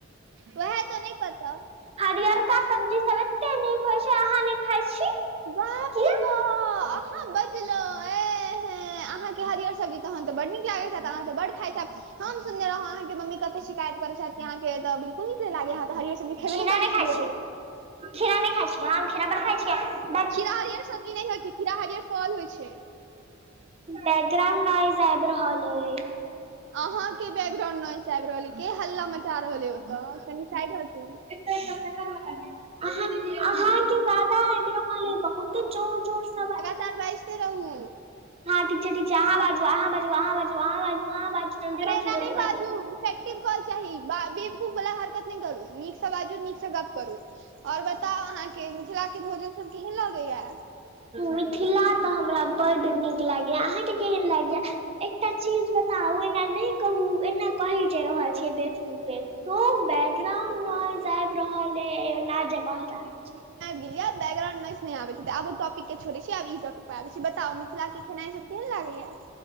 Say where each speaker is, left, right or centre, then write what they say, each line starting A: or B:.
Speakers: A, on the right; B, on the right.
A: वएह तऽ नहि पता।
B: हरियर का सब्जी सब। अहाँ नहि खाइ छी।
A: बाप
B: किया।
A: रे बा अहाँ बजलहुँ ए अहाँके हरिअर सब्जी तहन तऽ बड्ड नीक लागैत ह अहाँ तऽ बड्ड खाइत हैब। हम सुनने रहौं अहाँके ममी कत शिकायत करे छथि अहाँके तऽ। कोन नीक लागै अहाँऽ हरिअर सब्जी खेबे
B: खीरा
A: नय कर
B: नहि
A: छियै।
B: खाइ खीरा नहि खाइ छियै आ खीरा बड खाइ छियै। <unintelligible>
A: खीरा हरियर सब्जी नहि होइ छै खीरा हरियर फल होइ छै
B: बैकग्राउंड नाइज आइब रहल अय।
A: अहा के बैकग्राउंड न आबि रहल है के हल्ला मचा रहल है ओतऽ कनि साइड हटू।
B: आँह आहां के जादा आइब रहल अई। ओतब जोर जोर सबै।
A: तार बइजे त रहू।
B: हँ ठीक छै ठीक छै। ह बाजू अहाँ बाजू, बाजू अहाँ, बाजू अहाँ, बाजू जल्दी
A: अरे
B: बाजू,
A: एना
B: जल्दी
A: नहि
B: बाजू।
A: इफेक्टिव कॉल चाही बा बेवकूफ बला हरकत नहि करु नीक से बाजू नीक से गप करु और बताउ अहाँ के मिथिला के भोजन सब केहन लगैया?
B: मिथिला तऽ हमरा बड्ड नीक लागैए अहाँके केहन लागैया? एकटा चीज बताउ एना ने कहु एना कहे जे रहल छी बेवकूफ अइ खूब बैग्राउंड नॉइस आइब रहल है एना जे कह चाचू।
A: बैकग्रांडाइ नॉइस नहि अबैत हेतेई आब ओ टॉपिक के छोड़य छी आब ई टॉपिक पर आबैय छी बताऊ मिथि थीला के खेनाइ सब केहेन लागैया?